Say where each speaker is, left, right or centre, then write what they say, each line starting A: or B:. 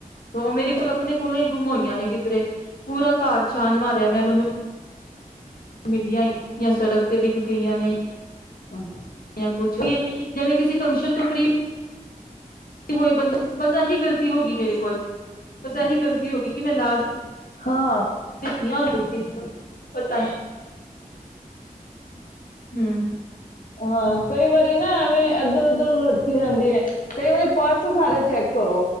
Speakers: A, on the left; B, on the left.
A: ਮੇਰੇ ਕੋਲ ਆਪਣੇ ਕੋਲੋਂ ਹੀ ਗੁੰਮ ਹੋਈਆਂ ਨੇ ਕਿੱਧਰੇ ਪੂਰਾ ਘਰ ਛਾਨ ਮਾ ਫ ਮੈਂ ਮੈਨੂੰ <unintelligible> ਸੜਕ ਤੇ ਡਿੱਗ ਗਈਆਂ ਨੇ
B: ਹਮ
A: ਪੁਛ ਜਿਵੇਂ ਕਿਸੇ ਫੰਕਸ਼ਨ ਤੋਂ ਫਰੀ <unintelligible> ਬਸ ਆਹੀ ਗਲਤੀ ਹੋ ਗਈ ਮੇਰੇ ਕੋਲ ਬਸ ਇਹੀ ਗਲਤੀ ਹੋ ਗਈ ਕਿ ਮੈਂ ਲਾ
B: ਹਾਂ
A: <unintelligible> ਹੋਤਾ ਹੈ ਹਮ
B: ਹਾਂ ਕਈ ਵਾਰੀ ਨਾ ਐਵੇਂ ਇੱਧਰ ਉੱਧਰ ਰੱਖੀ ਜਾਂਦੀ ਐ ਕਈ ਵਾਰੀ ਪਰਸ ਸਾਰੇ ਚੈੱਕ ਕਰੋ।